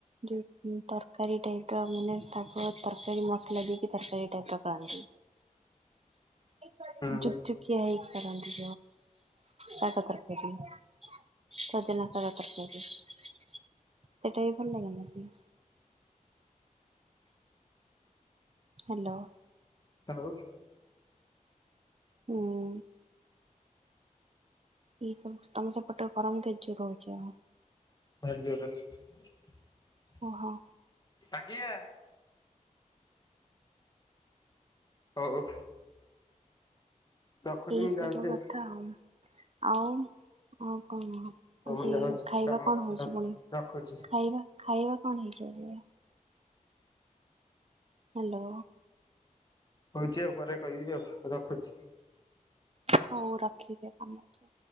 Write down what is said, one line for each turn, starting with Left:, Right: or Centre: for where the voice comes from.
Right: ଯୋଉ ତରକାରୀ ଟାଇପ ର ମାନେ ଶାଗ ତରକାରୀ ମସଲା ଦେଇକି ତରକାରୀ ଟାଇପ ର କରନ୍ତି ଜୁକଜୁକ। <unintelligible>
Left: ହୁଁ
Right: ହେଇକି ଯୋଉ କରନ୍ତି ଶାଗ ତରକାରି। ସଜନା ଶାଗ ତରକାରୀ ସେଟା ବି ଭଲ ଲାଗେ ନା। ହ୍ୟାଲୋ।
Left: <unintelligible>
Right: ହୁଁ। ଏ ସବ ତମସା ପଟରେ ଗରମ କେ ଜ ରହୁଛି ଆ
Left: <unintelligible>
Right: ଓହୋ।
Left: ଆଜ୍ଞା। ହଉ। ରଖୁଛି
Right: ଏଇ
Left: ମୁଁ ଯାଉଛି
Right: ସବୁ କଥା ଆଉ ଆଉ ହଉ କଣ ଆଜି
Left: ଆଉ ମୁଁ ଯାଉଛି
Right: ଖାଇବା
Left: କାମ
Right: କଣ
Left: ଅଛି
Right: ହଉଛି
Left: ଆଉ।
Right: ପୁଣି
Left: ରଖୁଛି
Right: ଖାଇବା ଖାଇବା କଣ ହେଇଛି ଆଜି? ହ୍ୟାଲୋ।
Left: କହୁଛି ଆଉ ପରେ କହିବି ଆଉ ରଖୁଛି।
Right: ହଉ ରଖିଦିଅ କାମ ଅଛି।